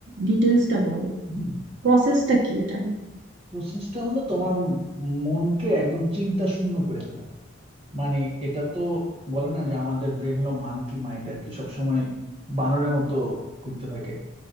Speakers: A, on the right; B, on the right.
A: ডিটেলসটা বলো
B: হুম
A: প্রসেসটা কি এটার
B: প্রসেসটা হলো তোমার মনকে একদম চিন্তা শূন্য করে ফেলা মানে এটা তো বলে না যে আমাদের ব্রেন হলো মানকি মাইন্ড আর কি সবসময় বানরের মতো ঘুরতে থাকে